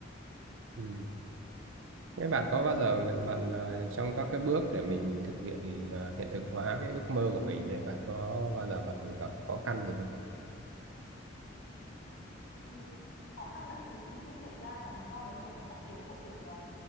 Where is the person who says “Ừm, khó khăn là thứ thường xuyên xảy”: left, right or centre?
Left